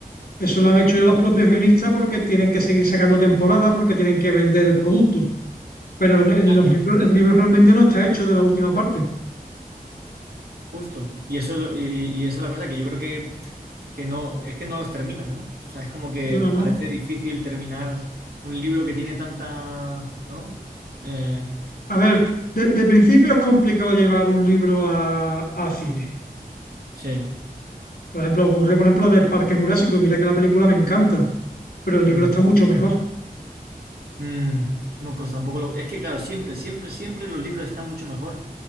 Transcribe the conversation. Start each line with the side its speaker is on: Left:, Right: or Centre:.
Left: Eso lo han hecho ya los propios guionistas porque tienen que seguir sacando temporadas, porque tienen que vender el producto. Pero en- en
Right: Claro,
Left: los libros, el libro realmente no está hecho de la última parte.
Right: justo. Y eso, y, y esa es la cosa que yo creo que, que no, es que no los terminan, ¿no? O sea, es como que
Left: No, no.
Right: parece difícil terminar un libro que tiene tanta, ¿no? Eh,
Left: A ver, de, de principio es complicado llevar un libro a, a cine.
Right: sí.
Left: Por ejemplo, ocurre, por ejemplo, de Parque Jurásico, y mira que la película me encanta, pero el libro
Right: Mm.
Left: está mucho mejor.
Right: Mm, no, pues tampoco lo... Es que, claro, siempre, siempre, siempre los libros están mucho mejor.